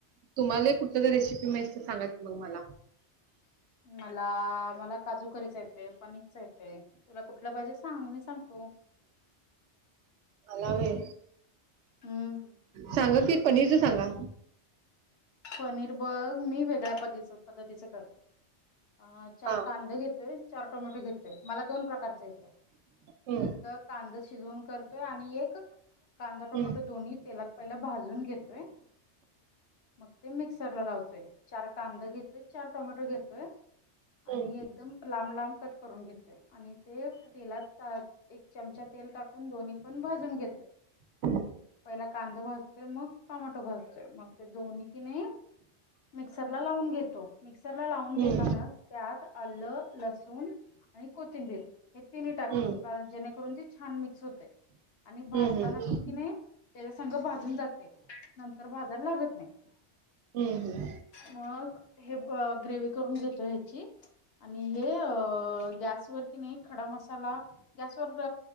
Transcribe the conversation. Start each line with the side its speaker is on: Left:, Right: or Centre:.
Right: तुम्हाला कुठल्या तर रेसिपी माहिती सांगा की मग मला
Left: मला मला काजू करी येते पनीरच येते तुला कुठल्या पाहिजे सांग मी सांगतो
Right: मला व्हय
Left: हम्म
Right: सांगा किती पनीरच सांगा
Left: पनीर बर मी वेगळ्या पद्ध पद्धतीचे करतोय अ चार
Right: हा
Left: कांदे घेतोय चार टोमॅटो घेतोय मला दोन प्रकारच येते
Right: हम्म
Left: एक कांदा शिजवून करतोय आणि एक कांदा टोमॅटो
Right: हम्म
Left: दोन्ही तेलात पहिला भाजून घेतोय मग ते मिक्सरला लावतोय चार कांदा घेतोय चार टोमॅटो घेतोय आणि
Right: हम्म
Left: एकदम लांब लांब कट करून घेतोय आणि ते तेलात एक चमचा तेल टाकून दोन्ही पण भाजून घेत
Right: ह
Left: पहिला कांदा भाजतोय मग टोमॅटो भाजतोय मग ते दोन्ही की नाही मिक्सरला लावून घेतो मिक्सरला लावून
Right: हम्म
Left: घेताना त्यात आलं लसूण लसूण आणि कोथिंबीर हे तिन्ही टाकतो
Right: हम्म
Left: कारण जेणेकरून ती छान मिक्स होते आणि भाजताना
Right: हम्म हम्म
Left: पण कि नाही त्याचा संग भाजून जाते नंतर भाजायला लागत नाही
Right: हम्म हम्म
Left: मग हे ग्रेवी करून घेतो ह्याची आणि हे गॅसवर कि नाही खडा मसाला गॅसवर